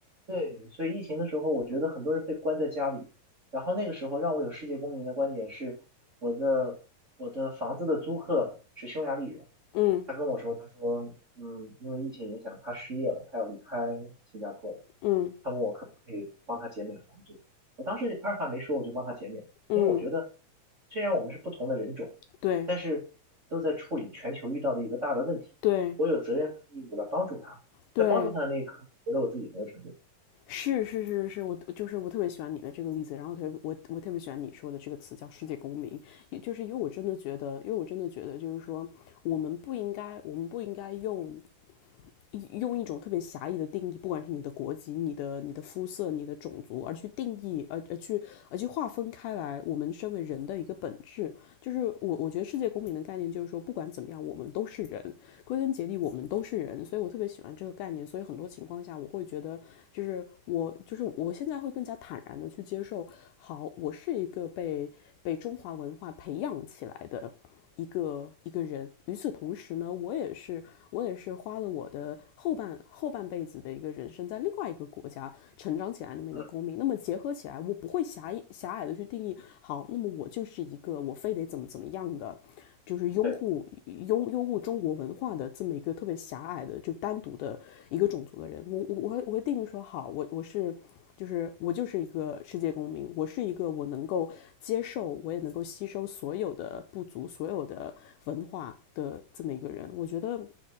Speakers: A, on the right; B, on the left.
A: 对，所以疫情的时候，我觉得很多人被关在家里，然后那个时候让我有世界公民的观点是，我的我的房子的租客是匈牙利人，
B: 嗯
A: 他跟我说，他说，嗯，因为疫情影响，他失业了，他要离开新加坡了，
B: 嗯
A: 他问我可不可以帮他减免房租，我当时二话没说，我就帮他减免，
B: 嗯，
A: 因为我觉得虽然我们是不同的人种，
B: 对
A: 但是都在处理全球遇到的一个大的问题，
B: 对
A: 我有责任和义务来帮助他，
B: 对，
A: 在帮助他的那一刻，我觉得我自己很有成就感
B: 是是是是，我就是我特别喜欢你的这个例子，然后特别我我特别喜欢你说的这个词叫世界公民，也就是因为我真的觉得，因为我真的觉得就是说，我们不应该我们不应该用用一种特别狭义的定义，不管是你的国籍、你的、你的肤色、你的种族，而去定义，而而去而去划分开来，我们身为人的一个本质，就是我我觉得世界公民的概念就是说，不管怎么样，我们都是人，归根结底我们都是人，所以我特别喜欢这个概念，所以很多情况下我会觉得，就是我就是我现在会更加坦然的去接受，好，我是一个被被中华文化培养起来的一个一个人。与此同时呢，我也是我也是花了我的后半后半辈子的一个人生，在另外一个国家成长起来那么一个公民。
A: 嗯，
B: 那么结合起来，我不会狭狭隘的去定义，好，那么我就是一个我非得怎么怎么样的，就是拥护拥拥护中国文化的这么一个特别狭隘的就单独的一个种族的人。
A: 对。
B: 我我我会我会定义说，好，我我是就是我就是一个世界公民，我是一个我能够接受，我也能够吸收所有的不足、所有的文化的这么一个人。我觉得，